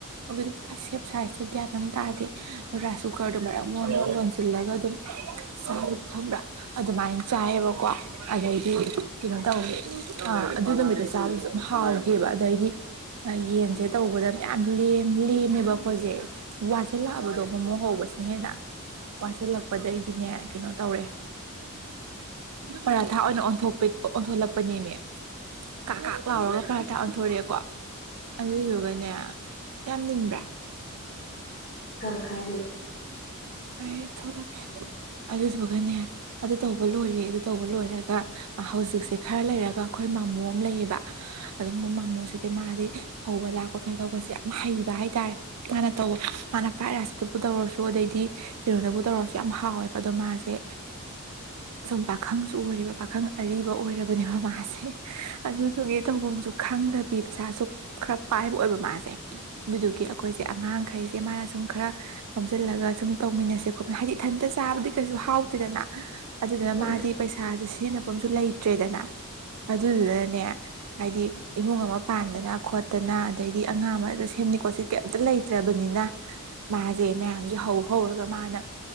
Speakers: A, on the right; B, on the left.
A: ꯑꯗꯨꯗꯤ ꯄꯨꯔꯥ ꯁꯦꯞ ꯁꯥꯏꯖꯇꯣ ꯒ꯭ꯌꯥꯟ ꯑꯃꯝ ꯇꯥꯔꯗꯦ ꯔꯥꯏꯁ ꯀꯨꯀꯔꯗꯨꯣ ꯃꯔꯛ ꯂꯣꯟꯁꯤꯜꯂꯒ ꯑꯗꯨꯝ ꯆꯥ ꯈꯪꯕ꯭ꯔꯥ ꯑꯗꯨꯃꯥꯏꯅ ꯆꯥꯏꯌꯦꯕꯀꯣ ꯑꯗꯩꯗꯤ ꯀꯩꯅꯣ ꯇꯧꯋꯦ ꯑꯥ ꯑꯗꯨ ꯅꯨꯃꯤꯠꯇ ꯆꯥꯕꯁꯨ ꯑꯗꯨꯝ ꯍꯥꯎꯋꯦ ꯕ ꯑꯗꯩꯗꯤ ꯌꯦꯟꯁꯦ ꯇꯧꯕꯗ ꯃꯌꯥꯝ ꯂ ꯂꯦꯝꯃꯦꯕ ꯑꯩꯈꯣꯏꯁꯦ ꯋꯥꯁꯤꯜꯂꯛꯑꯕꯗꯣ ꯃꯣꯃꯣ ꯍꯧꯕꯁꯤꯅ ꯍꯦꯟꯅ ꯋꯥꯁꯤꯜꯂꯛꯄꯗꯩꯗꯤꯅꯦ ꯀꯩꯅꯣ ꯇꯧꯔꯦ ꯄꯔꯥꯊꯥ ꯑꯣꯏꯅ ꯑꯣꯟꯄꯤ ꯑꯣꯟꯊꯣꯛꯂꯛꯄꯅꯦꯃꯦ ꯀ ꯀ ꯊꯥꯛ ꯑꯣꯟꯊꯣꯔꯛꯑꯦꯀꯣ ꯑꯗꯨꯏꯗꯨꯒꯅꯦ ꯌꯥꯝ ꯅꯤꯟꯕ꯭ꯔꯥ
B: ꯑꯥ ꯈꯔꯅꯦꯅꯦ
A: ꯑꯩ ꯊꯣꯛꯂꯛꯀꯦ ꯑꯗꯨꯗꯨꯒꯅꯦ ꯑꯗꯨ ꯇꯧꯕ ꯂꯣꯏꯔꯦ ꯑꯗꯨ ꯇꯧꯕ ꯂꯣꯏꯔꯒ ꯍꯧꯖꯤꯛꯁꯦ ꯈꯔ ꯂꯩꯔꯒ ꯑꯩꯈꯣꯏ ꯃꯣꯃꯣ ꯑꯃ ꯂꯩꯌꯦꯕ ꯑꯗꯨ ꯃꯣꯃꯣꯁꯤꯗꯤ ꯃꯥꯗꯤ ꯍꯧꯕ ꯂꯥꯛꯄ ꯈꯩꯅ ꯇꯧꯕꯁꯦ ꯌꯥꯝ ꯍꯩꯕ ꯍꯥꯏꯇꯥꯔꯦ ꯃꯥꯅ ꯇꯧꯕ ꯃꯥꯅ ꯐ꯭ꯔꯥꯏ ꯔꯥꯏꯁꯇꯨꯕꯨ ꯇꯧꯔꯁꯨ ꯑꯗꯩꯗꯤ ꯀꯔꯣꯅꯕꯨ ꯇꯧꯔꯁꯨ ꯌꯥꯝ ꯍꯥꯎꯋꯦꯕ ꯑꯗꯣ ꯃꯥꯁꯦ ꯁꯨꯝ ꯄꯥꯈꯪꯁꯨ ꯑꯣꯏꯔꯤꯕ ꯄꯥꯈꯪ ꯑꯔꯤꯕ ꯑꯣꯏꯔꯕꯅꯦꯕ ꯃꯥꯁꯦ ꯑꯗꯨ ꯇꯒ ꯇꯧꯧꯕꯝꯁꯨ ꯈꯪꯗꯕꯤ ꯄꯩꯁꯥꯁꯨ ꯈꯔ ꯄꯥꯏꯕ ꯑꯣꯏꯕ ꯃꯥꯁꯦ ꯑꯗꯨꯗꯨꯒꯤ ꯑꯩꯈꯣꯏꯁꯦ ꯑꯉꯥꯡꯈꯩꯁꯦ ꯃꯥꯅ ꯁꯨꯝ ꯈꯔ ꯋꯥꯝꯁꯤꯜꯂꯒ ꯁꯨꯝ ꯇꯧꯃꯤꯟꯅꯁꯦ ꯈꯣꯠꯃꯤ ꯍꯥꯏꯗꯤ ꯏꯊꯟꯇ ꯆꯥꯕꯗꯤ ꯀꯩꯁꯨ ꯍꯥꯎꯇꯦꯗꯅ ꯑꯗꯨꯗꯨꯅ ꯃꯥꯗꯤ
B: ꯍꯣꯏ
A: ꯄꯩꯁꯥꯁꯦ ꯁꯤꯖꯤꯟꯅ ꯁꯣꯝꯁꯨ ꯂꯩꯇ꯭ꯔꯦꯗꯅ ꯑꯗꯨꯗꯨꯅꯅꯦ ꯍꯥꯏꯗꯤ ꯏꯃꯨꯡ ꯑꯃ ꯄꯥꯟꯗꯅ ꯈꯣꯠꯇꯅ ꯑꯗꯩꯗꯤ ꯑꯉꯥꯡ ꯑꯃꯗ ꯁꯦꯝꯅꯤ ꯈꯣꯠꯁꯤ ꯀꯩꯝꯇ ꯂꯩꯇ꯭ꯔꯕꯅꯤꯅ ꯃꯥꯁꯦ ꯃꯌꯥꯝꯁꯦ ꯍꯧ ꯍꯧꯔꯒ ꯃꯥꯅ